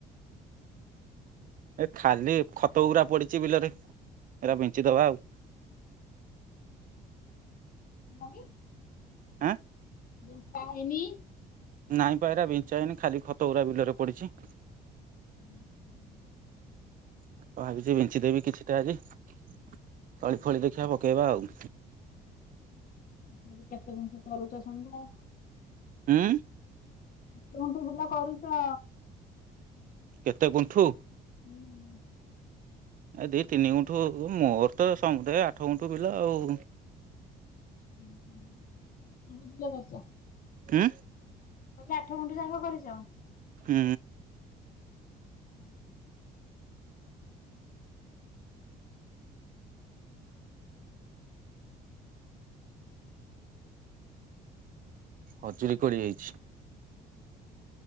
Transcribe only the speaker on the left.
ବିଞ୍ଚିଲନି,
ବିଞ୍ଚା ହେଇନି?
<unintelligible>
ତଥାପି କେତେ ଗୁଣ୍ଠୁ କରୁଚ ସମୁଦାୟ?
କେମିତି ବିଲ କରିଛ?
ହୁଁ।
ଉଁ ହୁଁ ସବୁ ବିଲ କରିଚ?
ମୁଁ କହିଲି ଆଠ ଗୁଣ୍ଠୁ ଯାକ କରିଛ?
ଉଁ ହୁଁ।